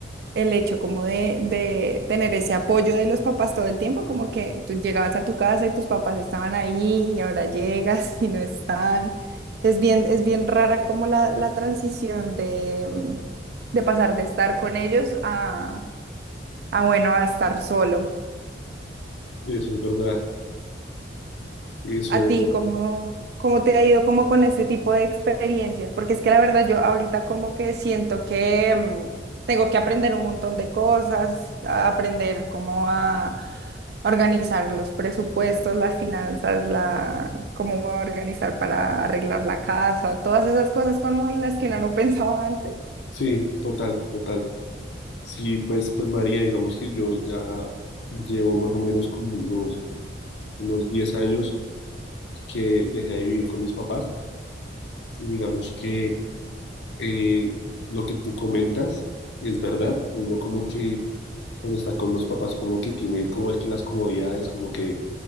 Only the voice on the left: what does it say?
Eso es verdad. Eso,
sí, total, total. Sí, pues, pues María, digamos que yo ya llevo más o menos como unos, unos 10 años que dejé de vivir con mis papás y digamos que eh, lo que tú comentas es verdad. Uno como que cuando está con los papás como que tiene como que las comodidades, como que